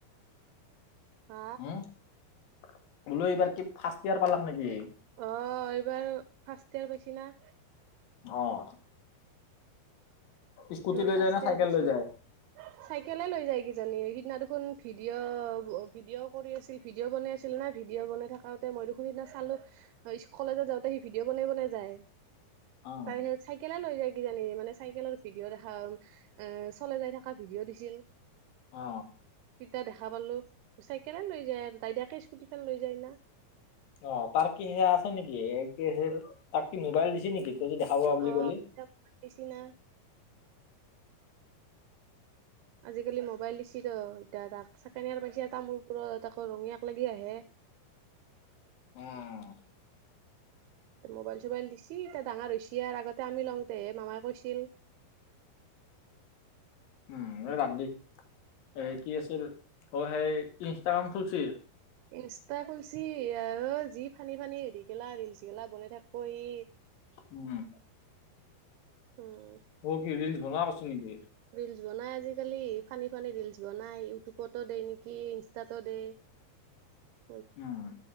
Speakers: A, on the right; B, on the left.
A: হা
B: বোলোঁ এইবাৰ কি ফাৰ্ষ্ট ইয়েৰ পালাক নেকি?
A: অঁ এইবাৰ ফাৰ্ষ্ট ইয়াৰ পাইছি না!
B: অঁ। স্কুটি
A: এইবাৰ
B: লৈ
A: ফাৰ্ষ্ট
B: যায় না
A: ইয়াৰ
B: চাইকেল
A: পাইছে
B: লৈ যায়?
A: চাইকেলে লৈ যায় কিজানি! সিদিনা দেখোন ভিডিঅ', ভিডিঅ' কৰি আছিল। ভিডিঅ' বনাই আছিল না, ভিডিঅ' বনাই থাকঁতে মই দেখোন সেইদিনা চালোঁ। অঁ স্কলেজত যাওঁতে ভিডিঅ' বনাই বনাই যায়।
B: অ
A: অঁ, চাইকেলে লৈ যায় কিজানি! মানে চাইকেলৰ। ভিডিঅ' দেখায়, চলাই যাই থাকা ভিডিঅ' দিছিল।
B: অ।
A: তিতা দেখা পালোঁ। চাইকেলে লৈ যায় আৰু, দাইদাকে স্কুটিখন লৈ যায় না।
B: অঁ তাৰ কি সেয়া আছে নেকি? কি আঁ তাক কি মোবাইল দিছে নেকি? তই যদি দেখা পাওঁ বুলি
A: অ
B: কলি?
A: এতিয়া দিছি না। আজিকালি মোবাইল দিছি ত এতিয়া তাক। ছেকেণ্ড হেয়াৰ পাইছে তামোলপুৰত তাকে ৰঙিয়াক লাগি আহে।
B: অঁ।
A: মোবাইল-চবাইল দিছি, এতিয়া ডাঙৰ হৈছি আৰ, আগতে আমি লওঁতেহে মামাই কৈছিল।
B: উম এই বাদ দি। এ কি আছিল অঁ সেই ইনষ্টাগ্ৰাম খুলি?
A: ইনষ্টা খুলচি, অ যি ফানি-ফানি হেৰি গেলা ৰিলচ গেলা বনাই থাকব' হি।
B: উম।
A: উম।
B: অ সি ৰিলচ বনাই পাচ্ছি নেকি?
A: ৰিলচ বনাই আজিকালি, ফানী-ফানী ৰিলচ বনাই। ইউটিউবতো দে নেকি? ইনষ্টাতো দে। <inaudible>
B: উম